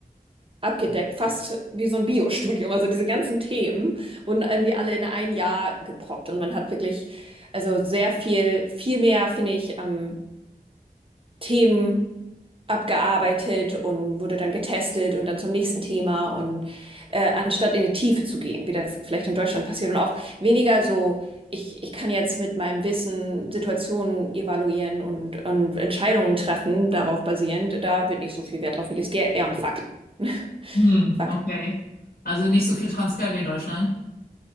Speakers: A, on the right; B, on the left.
A: abgedeckt, fast wie so ein Bio-Studium. Also diese ganzen Themen wurden irgendwie alle in ein Jahr geproppt und man hat wirklich, also sehr viel, viel mehr, finde ich, ähm, Themen abgearbeitet und wurde dann getestet und dann zum nächsten Thema und äh, anstatt in die Tiefe zu gehen, wie das vielleicht in Deutschland passiert und auch weniger so, ich, ich kann jetzt mit meinem Wissen Situationen evaluieren und, und Entscheidungen treffen, darauf basierend, da wird nicht so viel Wert drauf gelegt, es geht eher um Fakten. <laughs>
B: Hm,
A: Fakten,
B: okay. Also nicht so viel Transfer wie in Deutschland.